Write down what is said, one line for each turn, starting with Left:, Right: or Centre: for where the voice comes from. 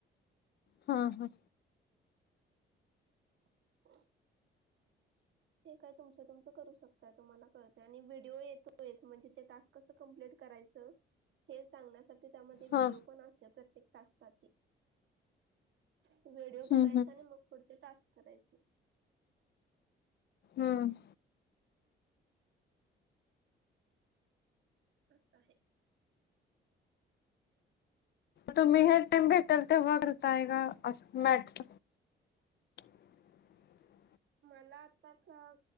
Left: हा हा
Right: <inaudible> ते काय तुमचं तुमच करू शकता तुम्हाला कळते आणि व्हिडिओ येतोय म्हणजे ते टास्क कसं कंप्लीट करायच हे सांगण्यासाठी त्यामध्ये
Left: हा
Right: व्हिडिओ पण असते प्रत्येक टास्क साठी त व्हिडिओ
Left: हम्म
Right: बघायचा
Left: हम्म
Right: आणि मग पुढचे टास्क करायचे.
Left: हम
Right: असं आहे.
Left: तुम्ही हे टाइम भेटल तेव्हा करता आहे का असं मॅटच <inaudible>
Right: मला आता